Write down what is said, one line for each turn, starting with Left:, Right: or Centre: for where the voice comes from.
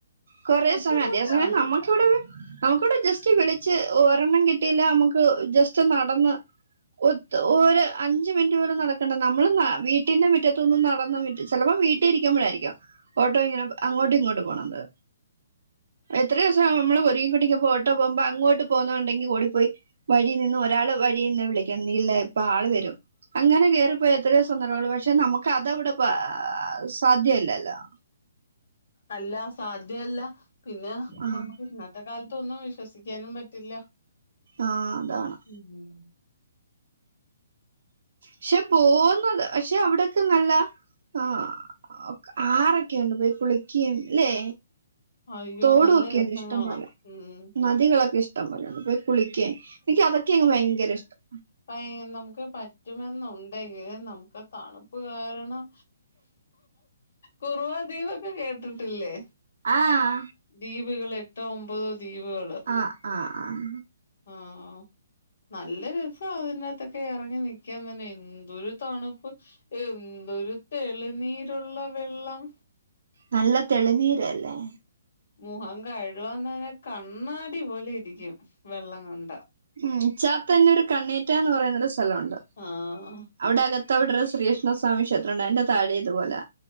Right: കൊറേ
Left: ബുദ്ധിമുട്ടാണ്
Right: സമയം അതേ സമയം നമ്മ ക്കിവടെന്ന് നമുക്കവ്ടെ ജസ്റ്റ് വിളിച്ച് ഒരെണ്ണം കിട്ടിയില്ല നമുക്ക് ജസ്റ്റ് നടന്ന് ഒത്ത് ഒര് അ ഞ്ച് മിനിറ്റ് പോലും നടക്കണ്ട നമ്മള് നട വീട്ടിന്റെ മുറ്റത്തൂന്ന് നടന്ന മിറ്റ ചെലപ്പൊ വീട്ടിയിരിക്കുമ്പോഴായിരിക്കും ഓട്ടോയിങ്ങനെ അങ്ങോട്ടും ഇങ്ങോട്ട് പോണത് എത്ര ദിവസ നമ്മള് ഒരുങ്ങി കെട്ടുക്കി പോയിട്ടോ പോവുമ്പോ അങ്ങോട്ട് പോകുന്നത് ഒണ്ടെങ്കി ഓടിപ്പോയി വഴി നിന്നും ഒരാള് വഴിന്നെ വിളിക്കണം നീയില്ല എപ്പ ആള് വെരും അങ്ങനെ കേറിപ്പോയ എത്രെയോ സന്ദർഭങ്ങള് പക്ഷെ നമുക്കതവിടെ ബാ സാധ്യവല്ലല്ലൊ?
Left: അല്ല സാധ്യവല്ല പിന്നെ
Right: ആഹ്
Left: നമുക്ക് ഇന്നത്തെ കാലത്തൊന്നും വിഷ ശ്വസിക്കാനും പറ്റില്ല.
Right: ആഹ് അതാണ്
Left: മ്
Right: ക്ഷെ പോവ്ന്നത് പക്ഷെ അവ്ടക്കെ നല്ല ആഹ് ഒക്ക ആറൊക്കെയുണ്ട് പോയി കുളിക്ക്യയും ല്ലേ?
Left: അയ്യോ
Right: തോടു
Left: നല്ല
Right: ഒക്കെയെണ്ട്
Left: രസങ്ങളാ
Right: ഇഷ്ടം പോലെ.
Left: ഉം
Right: നദികളൊക്കെ ഇഷ്ടം പോലെ ണ്ട് പോയി കുളിക്ക്യാൻ. നിക്കതൊക്കെയങ്ങ് ഭയങ്കര ഇഷ്ടം
Left: പ <unintelligible> നമുക്ക് പറ്റുമെന്നുണ്ടെങ്കില് നമുക്ക തണുപ്പ് കാരണം കുറുവാ ദീപൊക്കെ കേട്ട്ട്ടില്ലേ?
Right: ആഹ്
Left: ദ്വീപ്കള് എട്ടോ, ഒമ്പതോ ദ്വീപ്കള്
Right: ആഹ് ആഹ് ആഹ്
Left: ആഹ് ആഹ് നല്ല രസാ അതിന്റെത്തൊക്കെ എറങ്ങി നിക്കാൻ തന്നെ എന്തൊരു തണുപ്പ്. എന്തൊര് തെളിനീരുള്ള വെള്ളം
Right: നല്ല തെളിനീരല്ലേ?
Left: മുഖം കഴുകാന്നന്നെ കണ്ണാടി പോലിരിക്കും വെള്ളംകണ്ടാ.
Right: ഉം. ചാത്തന്നൂര് കണ്ണേറ്റ ന്ന് പറയുന്നെരു സ്ഥലോണ്ട്.
Left: ആഹ്
Right: അവിടെകത് ത്തവിടൊരു ശ്രീകൃഷ്ണ സ്വാമി ക്ഷേത്രണ്ടയിൻ്റെ താഴെ ഇതുപോലാ